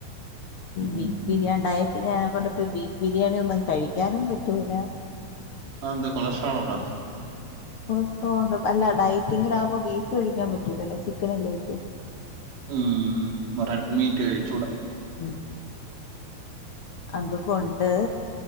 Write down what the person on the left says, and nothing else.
ബീഫ് ബിരിയാണി ഉണ്ടായിട്ടില്ല <unintelligible> ബീഫ് ബിരിയാണി ഒന്നും കഴിക്കാനും പറ്റൂല
കൊളസ്ട്രോൾ ഒണ്ട് അല്ല ഡയറ്റിങ്ങില ആകുമ്പോ ബീഫ് കഴിക്കാൻ പറ്റൂലല്ല ചിക്കൻ അല്ലേ പറ്റോ
ഉ അത് കൊണ്ട്